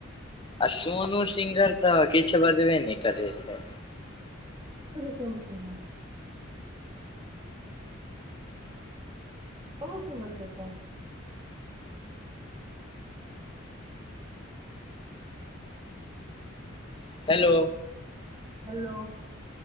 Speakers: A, on the left (about 25°); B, on the right (about 25°).
A: आ सोनू सिंगर तऽ किछु बजबे नहि करैत रहय
B: एद सुोन छै ने बहुत सुन्दर कख।
A: हेलो।
B: हेलो।